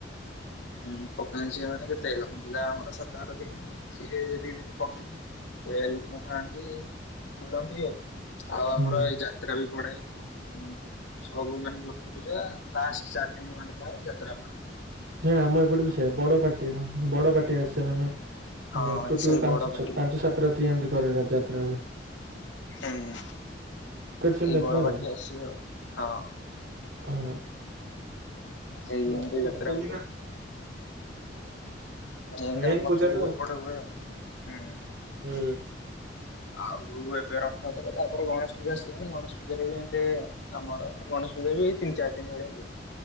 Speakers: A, on the left; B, on the right.
A: ହଁ ପକା ଝିଅମାନେ କେତେ ଲକ୍ଷ୍ମୀ ପୂଜା ଆମର ହଁ ସାତ ଆଠ ଦିନ, ସିଏ ଦି ଦିନ ପକାନ୍ତି ତ ଏ ଲୋକଙ୍କୁ ଖାଆନ୍ତି, ବୁଲନ୍ତି ଆଉ ଆଉ
B: ହୁଁ
A: ଆମର ଏଇ ଯାହା ଯାତରା ବି ପଡ଼େ ହୁଁ ସବୁ ମାନେ ଲକ୍ଷ୍ମୀ ପୂଜା, ଲାଷ୍ଟ ଚାରି ଦିନ ଖଣ୍ଡେ ଥାଏ ଯାତ୍ରା ପଡ଼େ।
B: ନାଇଁ ଆମ ଏପଟେ ବି ସେୟା। ବଡ ପାର୍ଟିରେ ବଡ ପାର୍ଟି ଆସେ ସେ ମାନେ,
A: ହଁ
B: ମାନେ ଟୋଟାଲ୍
A: ସେଇ
B: ପାଞ୍ଚ
A: ବଡ ପାଟି।
B: ସାତ ପାଞ୍ଚ ସାତ ରାତି ଏମତି କରେ ରଥ ଯାତ୍ରା ବେଳେ।
A: ହୁଁ
B: ସେଲ୍
A: ସେଇ
B: ଯାତ୍ରା
A: ବଡ
B: ଆଉ
A: ପାର୍ଟି ଆସିବେ ଆଉ। ହଁ।
B: ହୁଁ।
A: ଯେଇ
B: ନକଲେ
A: ଏମିତି ଯାତ୍ରା
B: ହବନି
A: ହୁଏ
B: ବା
A: ଆଉ। ଯେନ୍ତି
B: ମେନ୍
A: ଆମର
B: ପୂଜା
A: ସବୁ
B: ଟା ଆଉ।
A: ଏପଟେ ହୁଏ ଆଉ। ହୁଁ।
B: ହୁଁ।
A: ଆଉ ଏବେ ରଥଯାତ୍ରା, ତାପରେ ଗଣେଶ ପୂଜା ଆସିଲାଣି, ଗଣେଶ ପୂଜାରେ ବି ଏମିତି ଆମର ଗଣେଶ ପୂଜା ବି ଏଇ ତିନି ଚାରି ଦିନ ଭଳିଆ ହୁଏ।